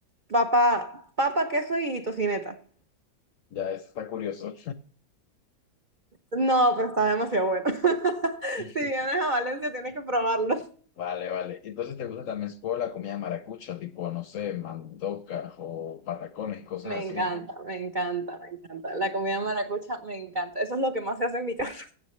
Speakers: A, on the right; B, on the left.
A: papa, papa, queso y tocineta.
B: Ya, eso está curioso.
A: No, pero está demasiado bueno. <laughs>
B: <laughs>
A: Si vienes a Valencia, tienes que probarlos.
B: Vale, vale. Entonces, ¿te gusta también como la comida maracucha, tipo, no sé, mandocas o patacones y cosas
A: Me encanta,
B: así, ¿no?
A: me encanta, me encanta. La comida maracucha me encanta. Eso es lo que más se hace en mi casa,